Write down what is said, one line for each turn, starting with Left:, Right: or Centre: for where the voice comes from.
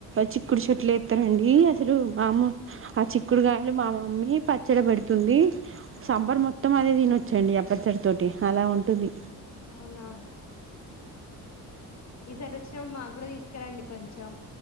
Right: చిక్కుడు చెట్లు ఎత్తరాండి అసలు మా ఆ చిక్కుడుగాయలు మా మమ్మీ పచ్చడి పెడుతుంది సమ్మర్ మొత్తం అదే తీనోచ్చండి ఆ పచ్చడి తోటి అలా ఉంటుంది
Left: అవునా ఈసారి వచ్చినప్పుడు మాకు కూడా తీసుకరండి కొంచెం